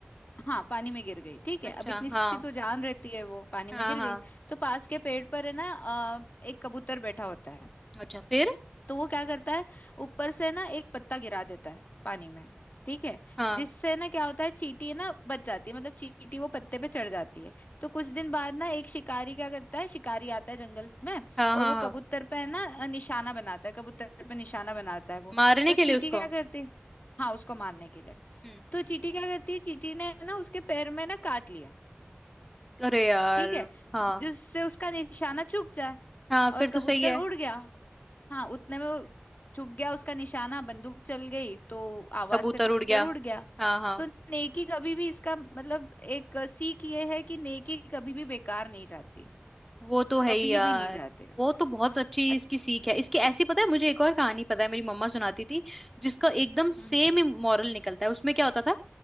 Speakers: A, on the left; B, in the centre.
A: हाँ पानी में गिर गई ठीक है
B: अच्छा
A: अब इतनी
B: हाँ
A: सी तो जान रहती है वो पानी
B: हाँ
A: में गिर
B: हाँ
A: गई तो पास के पेड़ पर है ना अ, एक कबूतर बैठा होता है
B: अच्छा फिर
A: तो वो क्या करता है ऊपर से ना एक पत्ता गिरा देता है पानी में ठीक है
B: हाँ
A: जिससे ना क्या होता है चींटी ना बच जाती है मतलब चींटी वो पत्ते पे चढ़ जाती है तो कुछ दिन बाद ना एक शिकारी क्या करता है शिकारी आता है जंगल में
B: हाँ
A: और
B: हाँ
A: वो
B: हाँ
A: कबूतर पे है ना निशाना बनाता है कबूतर पे निशाना बनाता है वो
B: मारने
A: तो
B: के
A: चींटी
B: लिए उसको
A: क्या करती है हाँ उसको मारने के लिए
B: हम्म
A: तो चींटी क्या करती है चींटी ने ना उसके पैर में ना काट लिया
B: अरे यार
A: ठीक है
B: हाँ
A: जिससे उसका निशाना चूक जाए
B: हाँ फिर
A: और कबूतर
B: तो सही है
A: उड़ गया हाँ उतने में वो चुक गया उसका निशाना बंदूक चल गई तो आवाज
B: कबूतर
A: से कबूतर
B: उड़ गया
A: उड़ गया
B: हाँ हाँ
A: तो नेकी कभी भी इसका मतलब एक सीख ये है कि नेकी कभी भी बेकार नहीं जाती
B: वो तो है
A: कभी
B: ही यार
A: भी नहीं जाते
B: वो तो बहुत अच्छी
A: अच्छ-
B: इसकी सीख है इसकी ऐसी पता है मुझे एक और कहानी पता है मेरी मम्मा सुनाती थी जिसका एकदम
A: हम्म,
B: सेम
A: हम्म,
B: ही मॉरल निकलता है उसमें क्या होता था